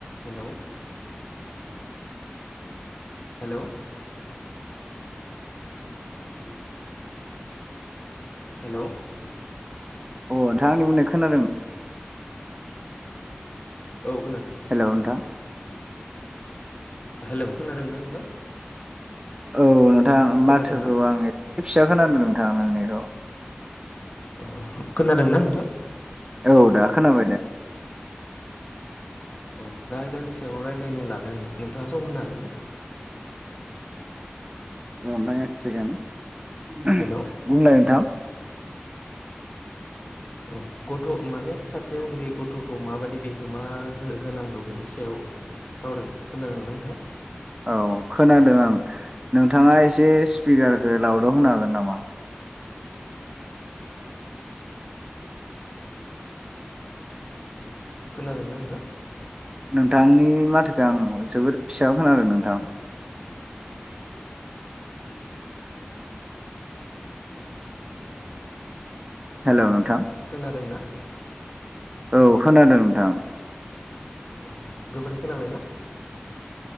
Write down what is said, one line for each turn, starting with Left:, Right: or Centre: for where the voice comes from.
Left: हेल' हेल'
Right: <unintelligible>
Left: हेल'
Right: अ नोंथां आंनि बुंनायखौ खोनादों?
Left: औ खोनादों।
Right: हेल' नोंथां
Left: हेलौ खोनादोंना नोंथां
Right: औ नोंथां
Left: खोनादोंना
Right: माथोखौ आं एसे फिसा खोनादों नोंथां नोंनिखौ
Left: अ खोनादोंना नोंथां
Right: औ दा खोनाबाय दे
Left: औ जाय आयदानि सायाव राय्लायनो लादों नोंथाङा सम होनो हागोन ना?
Right: र दै एक सेकेन्ड
Left: हेलौ
Right: बुंलाय नोंथां
Left: औ गथ' माने सा उन्दै गथ' खौ माबायदि बिहोमा हो होनांगौ बेनि सायाव सावरायगोन नोंथां
Right: औ खोनादों आं नोंथाङा एसे एसे स्पिकारखौ लाउदाव होनो हागोन नामा?
Left: खोनादोंना नोंथां?
Right: नोंथांनि माथोखो आं जोबोर फिसा खोनादों नोंथां हेलौ नोंथां
Left: खोनादोंना
Right: औ खोनादों नोंथां
Left: औ गोबोरै खोनाबायना?